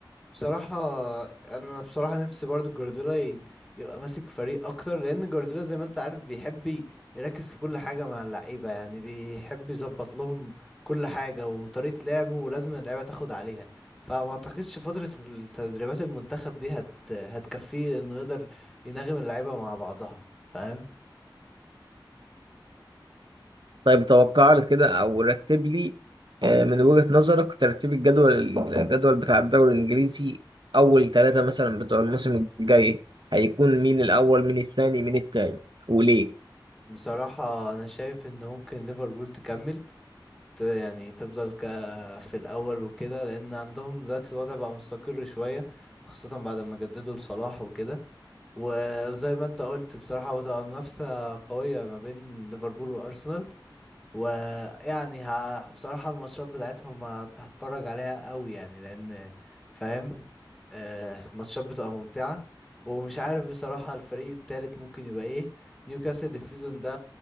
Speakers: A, in the centre; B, on the right.
A: بصراحة أنا بصراحة نفسي برضو جوارديولا ي- يبقى ماسك فريق أكتر لأن جوارديولا زي ما أنت عارف بيحب ي- يركز في كل حاجة مع اللعيبة يعني بيحب يظبط لهم كل حاجة وطريقة لعبه ولازم اللعيبة تاخد عليها فما أعتقدش فترة التدريبات المنتخب دي هت... هتكفيه إنه يقدر يناغم اللعيبة مع بعضها فاهم
B: طيب توقع لي كده او رتب لي آه، من وجهة نظرك ترتيب الجدول الجدول بتاع الدوري الانجليزي اول ثلاثة مثلا بتوع الموسم الجاي هيكون مين الاول مين الثاني مين الثالث وليه
A: بصراحة أنا شايف إن ممكن ليفربول تكمل ت- يعني تفضل ك في الأول وكده لأن عندهم دلوقتي الوضع بقى مستقر شوية وخاصة بعد ما جددوا لصلاح وكده وزي ما أنت قلت بصراحة بتبقى منافسة قوية ما بين ليفربول وأرسنال ويعني ه... بصراحة الماتشات بتاعتهم هت- هتفرج عليها قوي يعني لأن فاهم آه ماتشات بتبقى ممتعة ومش عارف بصراحة الفريق التالت ممكن يبقى ايه نيوكاسل السيزون ده